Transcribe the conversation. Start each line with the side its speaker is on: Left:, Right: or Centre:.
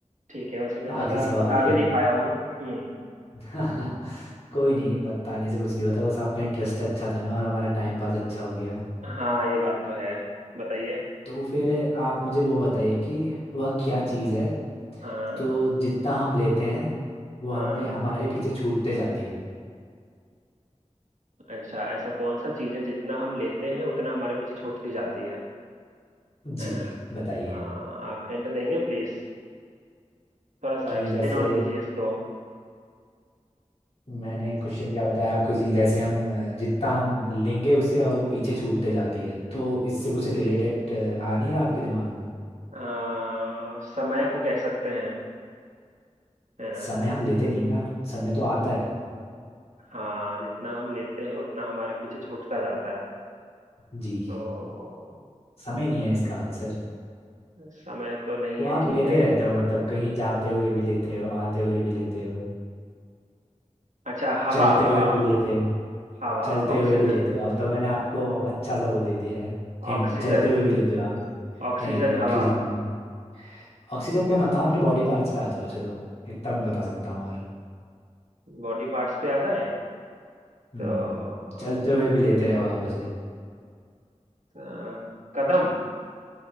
Right: ठीक है वैसे मैं ज्यादा
Left: आखिरी सवाल
Right: बता
Left: है
Right: भी नहीं पाया हूँ हम्म
Left: <laughs> कोई नहीं बताने से कुछ नहीं होता बस आपका इंटरेस्ट अच्छा था ना और हमारा टाइम पास अच्छा हो गया
Right: हाँ ये बात तो है बताइए
Left: तो फिर आप मुझे वो बताइए कि वह क्या चीज़ है
Right: हाँ
Left: तो जितना हम लेते हैं वो
Right: हाँ
Left: हमें हमारे पीछे छूटते जाती है
Right: अच्छा ऐसा कौन सा चीज है जितना हम लेते हैं उतना हमारे पीछे छूटती जाती है
Left: जी
Right: है ना
Left: बताइए
Right: हाँ, आप हिंट देंगे प्लीज थोड़ा सा
Left: कि
Right: एक्सप्लेन
Left: जैसे
Right: और कीजिए इसको
Left: मैंने क्वेश्चन क्या बताया आपको जी जैसे हम अ, जितना हम लेंगे उसे और वो पीछे छूटते जाती है तो इससे कुछ रिलेटेड आ नहीं रहा आपके दिमाग में
Right: अ, समय को कह सकते हैं है ना
Left: समय हम लेते नहीं है ना समय तो आता है
Right: हाँ जितना हम लेते हैं उतना हमारे पीछे छूटता जाता है
Left: जी
Right: तो
Left: समय नहीं
Right: अ,
Left: है इसका आंसर
Right: समय तो नहीं
Left: वो
Right: है
Left: आप
Right: ठीक
Left: लेते
Right: है
Left: रहते हो मतलब कहीं जाते हुए भी लेते हो आते हुए भी लेते हो
Right: अच्छा हवा
Left: चलते
Right: हवा
Left: हुए भी लेते हो
Right: हवा
Left: चलते
Right: ऑक्सीजन
Left: हुए भी लेते हो अब तो मैंने आपको अच्छा सा वो दे दिया है हिंट
Right: ऑक्सीजन
Left: चलते हुए भी लेते हो आप
Right: ऑक्सीजन
Left: नहीं नहीं
Right: हवा
Left: ऑक्सीजन भी नहीं ऑक्सीजन पे मत आओ, अपने बॉडी पार्ट्स पे आ जाओ चलो इतना मैं बता सकता हूँ और
Right: बॉडी पार्ट्स पे आ जाए
Left: हम्म
Right: तो
Left: चलते
Right: जित-
Left: हुए भी लेते हैं आप उसे
Right: अ, कदम